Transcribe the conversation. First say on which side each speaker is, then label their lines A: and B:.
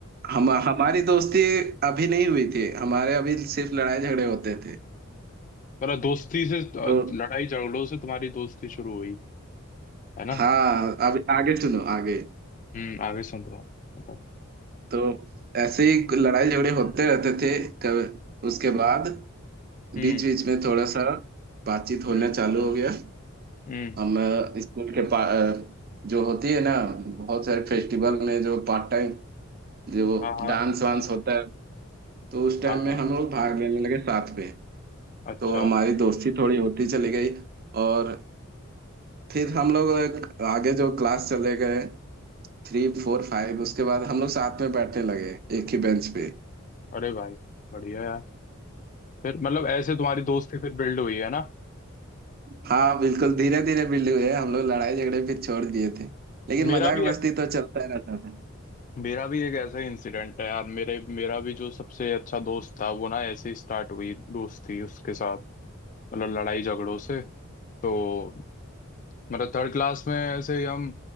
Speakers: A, on the right; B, on the left.
A: हम हमारी दोस्ती अभी नहीं हुई थी हमारे अभी सिर्फ लड़ाई झगड़े होते थे
B: मतलब दोस्ती से अ,
A: तो
B: लड़ाई झगड़ों से तुम्हारी दोस्ती शुरू हुई है ना
A: हाँ अब आगे सुनो आगे
B: हम्म आगे सुन रहा हूँ बताओ
A: तो ऐसे ही लड़ाई झगड़े होते रहते थे कब- उसके बाद
B: हम्म
A: बीच बीच में थोड़ा सा बातचीत होना
B: हम्म
A: चालू हो गया
B: हम्म
A: हम अ, स्कूल के पा अ, जो होती है ना बहुत सारे फेस्टिवल में जो पार्ट टाइम जो
B: हाँ हाँ
A: डांस वांस होता है तो उस टाइम
B: हाँ
A: में
B: हाँ
A: हम लोग भाग लेने लगे साथ में
B: अच्छा
A: तो हमारी दोस्ती थोड़ी होती चली गई और फिर हम लोग एक आगे जो क्लास चले गए थ्री फोर फाइव उसके बाद हम लोग साथ में बैठने लगे एक ही बेंच पे
B: अरे भाई बढ़िया यार फिर मतलब ऐसे तुम्हारी दोस्ती फिर बिल्ड हुई है ना
A: हाँ बिल्कुल धीरे धीरे बिल्ड हुए हैं। हम लोग लड़ाई झगड़े फिर छोड़ दिए थे लेकिन
B: मेरा
A: मजाक
B: भी
A: मस्ती तो चलता ही रहता था <laughs>
B: मेरा भी एक ऐसा ही इंसिडेंट है यार मेरे मेरा भी जो सबसे अच्छा दोस्त था वो ना ऐसे ही स्टार्ट हुई दोस्ती उसके साथ मतलब लड़ाई झगड़ों से तो मतलब थर्ड क्लास में ऐसे ही हम